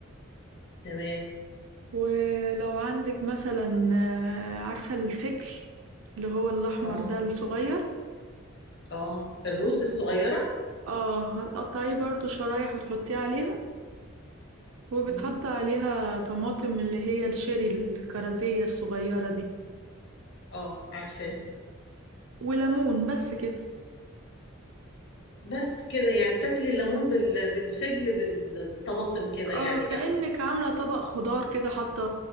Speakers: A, on the left; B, on the right.
A: تمام
B: ولو عندك مثلا آه، عارفة الفجل اللي هو الأحمر
A: اه
B: ده الصغير
A: اه الروس الصغيرة
B: اه هتقطعيه برضو شرايح وتحطيه عليها وبتحط
A: امم
B: عليها طماطم اللي هي الشيري الكرزية الصغيرة دي
A: اه عارفاها
B: وليمون بس كده
A: بس كده يعني تاكلي الليمون بال... بالفجل بال... بالطماطم كده
B: اه
A: يعني
B: كأنك
A: جنبه
B: عاملة طبق خضار كده حاطة